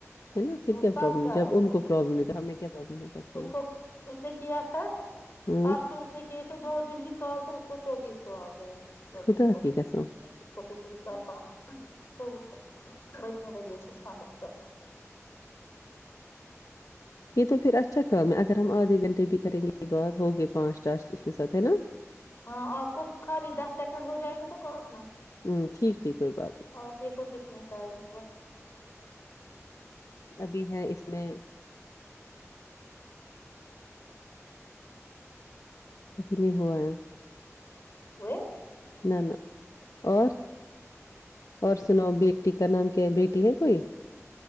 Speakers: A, on the left; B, on the left.
A: ہے نا پھر
B: وہ
A: کیا
B: سب
A: پرابلم
B: کر
A: جب
B: رہے ہیں
A: ان کو پرابلم ہے تو ہمیں کیا پرابلم ہو سکتی
B: اس
A: ہے
B: کو اس نے کیا تھا
A: ہوں
B: پرسوں اس نے کیے تھے دو دن ہی کال تو اس کو چوبیس سو آ گئے اس لڑکی
A: خدا
B: کو
A: کی قسم
B: جس کو پچھلی سال کا چوہ ش پتم ٮری حس پندہ ساس
A: یہ تو پھر اچھا کام ہے اگر ہم آدھے گھنٹے بھی کریں گے کے بعات ہوگے پانچٹا اس کے ساتھ ہے نا
B: ہاں آپ کو خالی دس سیکنڈ ہو جائے گی تو کوٹنا
A: ہوں ٹھیک ٹھیک کوئی بات نہیں
B: آپ دیکھو کتنے ٹائم ہوا
A: ابھی ہیں اس میں ابھی نہیں ہوا ہے
B: ہوئے
A: نہ ن اور اور سناؤ بیٹی کا نام کیا ہے بیٹی ہے کوئی